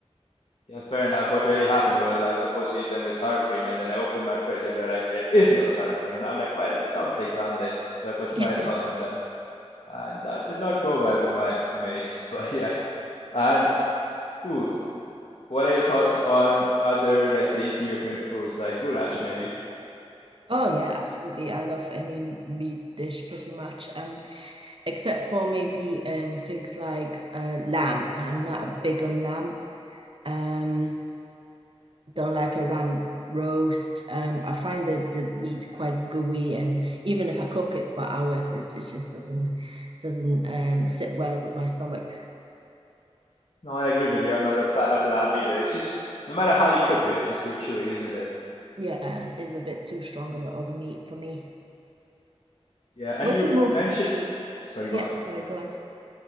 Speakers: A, on the left; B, on the right.
A: Yeah, fair enough. What really happened was I was supposed to eat them with sour cream, and then I opened my fridge and realized there is no sour cream. And I'm like, well, it's dumplings, aren't they? So I put soy
B: <laughs>
A: sauce on them. And that did not go well with my mates. <laughs> But yeah. And, ooh, What are your thoughts on other, let's say, Eastern European foods like goulash, maybe?
B: Oh yeah, absolutely. I love any meat dish pretty much. Um, except for maybe um things like uh lamb. I'm not a big on lamb. Um, don't like a lamb roast. Um, I find the the meat quite gooey, and even if I cook it for hours, it it just doesn't doesn't um sit well with my stomach.
A: No, I agree with you. I'm not a fan of lamb either. It's just no matter how you cook it, it's just too chewy, isn't it?
B: Yeah, it's a bit too strong of a, of a meat for me.
A: Yeah, and
B: What's
A: you
B: the most,
A: mentioned, sorry, go
B: yeah,
A: on.
B: sorry, go on.